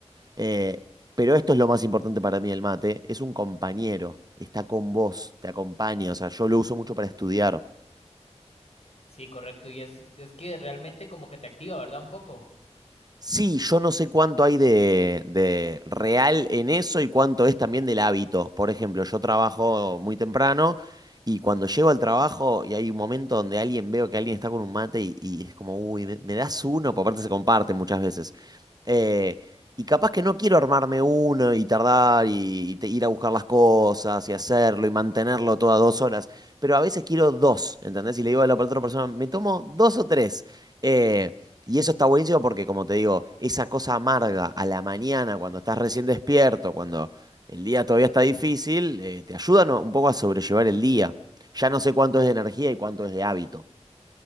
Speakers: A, on the right; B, on the left.
A: Eh, pero esto es lo más importante para mí, el mate. Es un compañero, está con vos, te acompaña. O sea, yo lo uso mucho para estudiar.
B: Sí, correcto. Y es, es que realmente como que te activa, ¿verdad? Un poco.
A: Sí, yo no sé cuánto hay de, de real en eso y cuánto es también del hábito. Por ejemplo, yo trabajo muy temprano y cuando llego al trabajo y hay un momento donde alguien veo que alguien está con un mate y, y es como, uy, me, me das uno, porque aparte se comparte muchas veces. Eh, y capaz que no quiero armarme uno y tardar y, y te- ir a buscar las cosas y hacerlo y mantenerlo todas dos horas, pero a veces quiero dos, ¿entendés? Y le digo a la otra persona, me tomo dos o tres. Eh, y eso está buenísimo porque, como te digo, esa cosa amarga a la mañana, cuando estás recién despierto, cuando el día todavía está difícil, eh, te ayudan un poco a sobrellevar el día. Ya no sé cuánto es de energía y cuánto es de hábito.